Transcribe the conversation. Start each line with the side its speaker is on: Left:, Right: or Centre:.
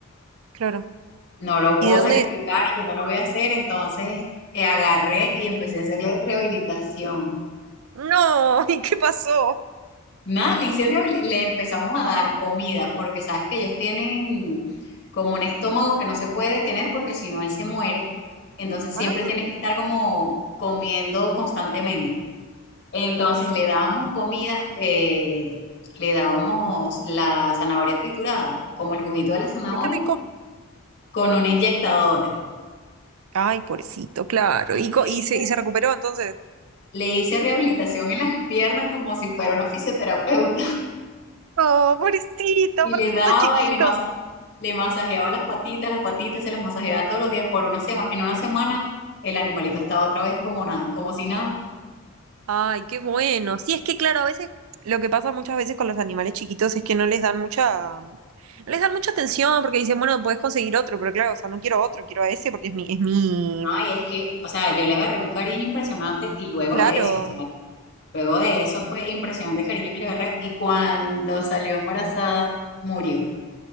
Right: claro.
Left: no lo puedo
Right: ¿Y de dónde?
Left: sacrificar y yo no lo voy a hacer, entonces eh, agarré y empecé a hacerle rehabilitación.
Right: No, <laughs> ¿y qué pasó?
Left: Nada, le hice rehabil- le empezamos a dar comida, porque sabes que ellos tienen como un estómago que no se puede detener porque si no él se muere. Entonces
Right: Ah,
Left: siempre tiene que estar como comiendo constantemente. Entonces
Right: uf,
Left: le dábamos comida, eh, le dábamos la zanahoria triturada, como el juguito de la zanahoria,
Right: ay, qué rico.
Left: con una inyectadora.
Right: Ay, pobrecito, claro.
Left: Y
Right: ¿Y, co-
Left: le
Right: y
Left: hice,
Right: se, y se recuperó entonces?
Left: le hice rehabilitación en las piernas como si fuera una fisioterapeuta.
Right: No, pobrecito,
Left: Y
Right: aparte
Left: le
Right: son
Left: daba
Right: tan chiquitos.
Left: y le, masa le masajeaba las patitas, las patitas se las masajeaba todos los días por una semana. En una semana el animalito estaba otra vez como nada, como si nada.
Right: Ay, qué bueno. Sí, es que claro, a veces lo que pasa muchas veces con los animales chiquitos es que no les dan mucha, no les dan mucha atención porque dicen, bueno, podés conseguir otro, pero claro, o sea, no quiero otro, quiero a ese porque es mi, es mi,
Left: No, y es que, o sea, yo le agarré un cariño impresionante y luego
Right: claro.
Left: de eso, o sea, luego de eso fue impresionante el cariño que le agarré y cuando salió embarazada murió.